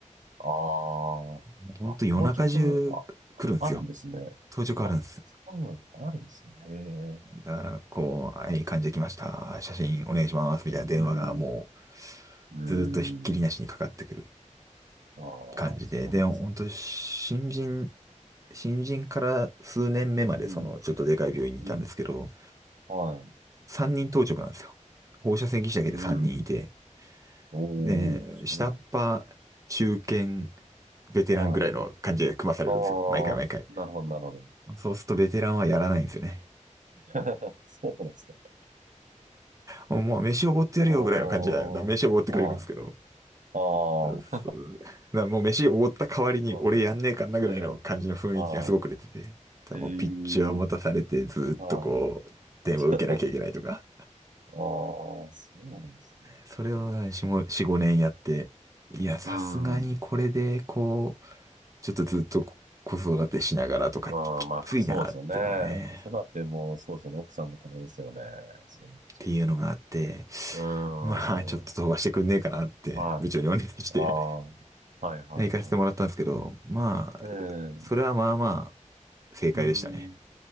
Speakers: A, on the right; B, on the right.
A: あ
B: もうほんと夜中中来るんですよ。
A: あ、あ、当直、あ、あるんですね。
B: 当直あるんです。
A: あ、そうなんあるんですね。へえ。
B: だから、こう、はい、患者来ました。写真お願いします。みたいな電話がもう、
A: うん。うん。
B: ずーっとひっきりなしにかかってくる
A: あ
B: 感じで。
A: あ、そうなんですね。
B: で、ほんと、新人、新人から数年目まで、
A: うん。
B: その、ちょっとでかい病院にいたんですけど、
A: うん。はい。
B: 3人当直なんですよ。放射線技師だけで3人いて、
A: うん。おお、
B: ねえ、
A: そうなん
B: 下っ端、中堅、ベテランぐらいの感じで組まされるんですよ。
A: だ。はい。ああ、
B: 毎回毎回。
A: なるほど、なるほど。
B: そうするとベテランはやらないんですよね。
A: <laughs> そうなんですか。
B: もうもう飯おごってやるよぐらいの感じで、
A: おー、
B: だから飯おごってくれるんですけど。
A: はい。ああ、
B: そうだからもう飯おごった代わりに俺やんねえかんなぐらいの感じの雰囲気がすごく出てて。
A: <laughs> そうそう。ええ、は
B: だからもうピッチを持たされてずーっとこう、
A: い。ええ、はい。
B: 電話を受けなきゃいけないとか。
A: <laughs> ああ、そうなんですね。
B: それを4、5年やって、いや、さすがにこれでこう、
A: うん。
B: ちょっとずっと子育てしながらとかききついなっていうのがね、
A: ああ、まあ、そうですよね。子育てもそうですよね。奥さんも大変ですよね。そうなっちゃうと。
B: っていうのがあって、
A: うーん。
B: まあちょっと飛ばしてくんねえかなって部長にお願いして
A: はい。ああ、はいはいは
B: 行かせてもらったんですけど、まあ、
A: い。ねえ。
B: それはまあまあ正解でしたね。
A: うん。